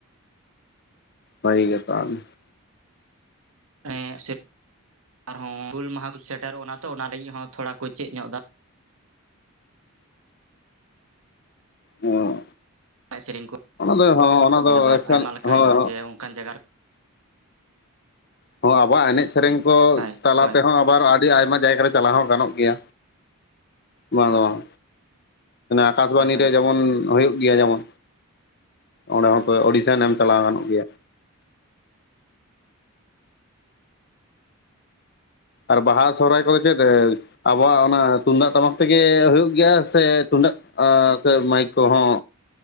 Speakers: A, on the left (about 45°); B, on the right (about 70°).
A: ᱥᱟᱭ ᱜᱮ <unintelligible>
B: ᱮᱸ ᱥᱮ ᱟᱨᱦᱚᱸ ᱦᱩᱞ ᱢᱟᱸᱦᱟ ᱠᱚ ᱥᱮᱴᱮᱨᱚᱜ ᱠᱟᱱᱟ ᱛᱚ ᱚᱱᱟ ᱞᱟᱜᱤᱫ ᱦᱚᱸ ᱛᱷᱚᱲᱟ ᱠᱚ ᱪᱮᱫ ᱧᱚᱜ ᱫᱟ᱾
A: ᱚᱸ
B: ᱮᱱᱮᱡ ᱥᱮᱨᱮᱧ ᱠᱚ
A: ᱚᱱᱟ ᱫᱚ ᱦᱚᱸ ᱚᱱᱟ ᱫᱚ
B: ᱵᱟ
A: ᱮᱠᱟᱞ
B: ᱟᱭᱢᱟ ᱞᱮᱠᱟ
A: ᱦᱳᱭ
B: ᱦᱮᱱᱟᱜᱼᱟ ᱡᱮ ᱚᱱᱠᱟᱱ ᱡᱟᱭᱜᱟ ᱨᱮ
A: ᱦᱚᱸ ᱟᱵᱚᱣᱟᱜ ᱮᱱᱮᱡ ᱥᱮᱨᱮᱧ ᱠᱚ
B: ᱦᱳᱭ
A: ᱛᱟᱞᱟ
B: ᱦᱳᱭ
A: ᱛᱮᱦᱚᱸ, ᱟᱵᱟᱨ ᱟᱰᱤ ᱟᱭᱢᱟ ᱡᱟᱭᱜᱟᱨᱮ ᱪᱟᱞᱟᱣ ᱦᱚᱸ ᱜᱟᱱᱚᱜ ᱜᱮᱭᱟ᱾ ᱵᱟᱝ ᱫᱚ ᱵᱟᱝ, ᱟᱠᱟᱥᱵᱟᱱᱤ
B: ᱦᱳᱭ ᱦᱳᱭ
A: ᱨᱮ ᱡᱮᱢᱚᱱ ᱦᱳᱭᱳᱜ ᱜᱮᱭᱟ, ᱡᱮᱢᱚᱱ ᱚᱸᱰᱮ ᱦᱚᱸᱛᱚ ᱚᱰᱤᱥᱮᱱ ᱮᱢ ᱪᱟᱞᱟᱣ ᱜᱟᱱᱚᱜ ᱜᱮᱭᱟ᱾ ᱟᱨ ᱵᱟᱦᱟ ᱥᱚᱦᱨᱟᱭ ᱠᱚᱫᱚ ᱪᱮᱫ ᱨᱮ ᱟᱵᱚᱣᱟᱜ ᱚᱱᱟ ᱛᱩᱱᱫᱟᱜ ᱴᱟᱢᱟᱠ ᱛᱮᱜᱮ, ᱦᱳᱭᱳᱜ ᱜᱮᱭᱟ ᱥᱮ ᱛᱩᱢᱫᱟᱹᱜ ᱟᱨ ᱥᱮ ᱢᱟᱭᱤᱠ ᱠᱚᱸᱦᱚᱸ,